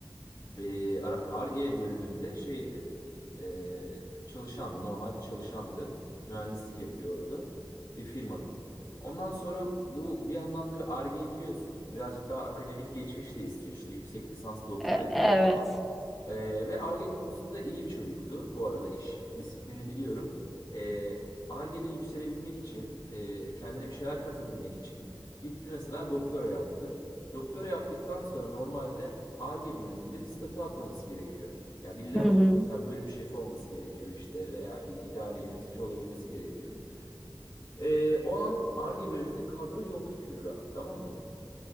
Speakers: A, on the left; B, in the centre.
A: e, Ar- Ar-Ge bölümünde şeydi. E, çalışandı. Normal bir çalışandı. Mühendislik yapıyor orada. Bir firmanın. Ondan sonra bu bir yandan tabii Ar-Ge'yi biliyorsun. Birazcık daha akademik geçmiş de istiyor. işte yüksek lisans doktora
B: E-
A: istiyor
B: evet.
A: falan. E, ve Ar-Ge konusunda iyi bir çocuktu. Bu arada iş disiplini biliyorum. E, Ar-Ge'de yükselebilmek için, e, kendine bir şeyler katabilmek için gitti mesela doktora yaptı. Doktora yaptıktan sonra normalde Ar-Ge bölümünde bir statü atlaması gerekiyor. Yani bir level.
B: Hı hı.
A: Mesela bölüm şefi olması gerekiyor işte veya bir idare yönetici olabilmesi gerekiyor. Ee, o an Ar-Ge bölümünde kadro yoktu Kübra. Tamam mı?